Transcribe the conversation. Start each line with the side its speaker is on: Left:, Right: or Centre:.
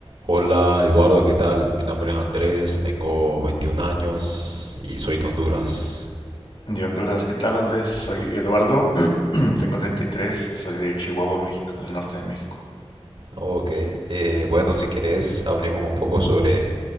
Right: Hola Eduardo, ¿qué tal? Mi nombre es Andrés, tengo 21 años y soy de Honduras.
Left: De Honduras, ¿qué tal Andrés? Soy Eduardo, <clears throat> tengo treinta y tres soy de Chihuahua, México, del norte de México.
Right: Ok, eh, bueno, si querés, hablemos un poco sobre,